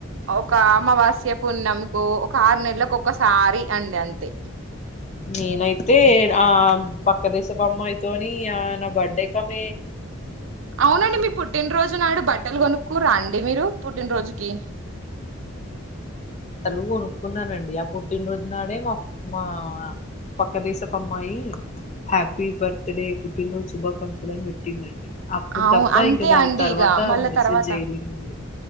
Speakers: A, on the right; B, on the left.
A: ఒక అమావాస్య పుణ్యంకు ఒక ఆరు నెలలకు ఒకసారి అండి అంతే
B: నేనైతే ఆ పక్క దేశపు అమ్మాయితోని ఆ నా బర్త్డే కామె
A: అవునండి మీ పుట్టినరోజు నాడు బట్టలు కొనుక్కోరా అండి మీరు పుట్టినరోజు ఏ
B: బట్టలు కొనుక్కున్నానండి ఆ పుట్టినరోజు నాడే మా మా పక్క దేశపు అమ్మాయి హ్యాపీ బర్త్డే పుట్టినరోజు శుభాకాంక్షలని పెట్టిందండి. అప్పుడు
A: అవు
B: తప్ప
A: అంతే
B: ఇంకా దాని
A: అండి
B: తర్వాత
A: ఇక మళ్ళా
B: మెసేజ్
A: తర్వాత
B: జైలేదండి